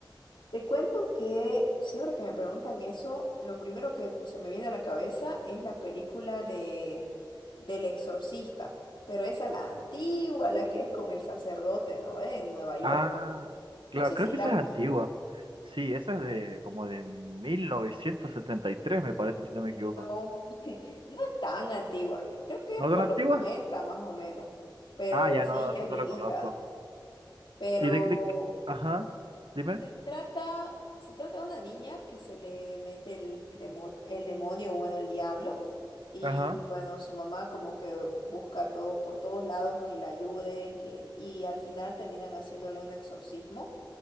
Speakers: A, on the left; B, on the right.
A: Te cuento que siempre que me preguntan eso, lo primero que se me viene a la cabeza es la película de del Exorcista, pero esa la antigua, la que es con el sacerdote, ¿no? ¿Eh? En Nueva York.
B: Ah, claro,
A: No sé
B: creo
A: si
B: que
A: la
B: esa
A: has
B: es antigua.
A: visto.
B: Sí, esa es de como de 1973, me parece, si
A: No,
B: no me equivoco.
A: No es tan antigua, creo que
B: ¿No
A: es
B: tan
A: por
B: antigua?
A: los 90 más o menos, pero
B: Ah, ya
A: sí,
B: no, esa
A: ya es
B: no
A: viejita.
B: la conozco.
A: Pero,
B: ¿Y de qué? Ajá, dime.
A: se trata, se trata de una niña que se le mete el demonio, el demonio, bueno, el diablo. Y
B: Ajá.
A: bueno, su mamá como que busca todo, por todos lados que la ayuden, que, y al final terminan haciéndole un exorcismo.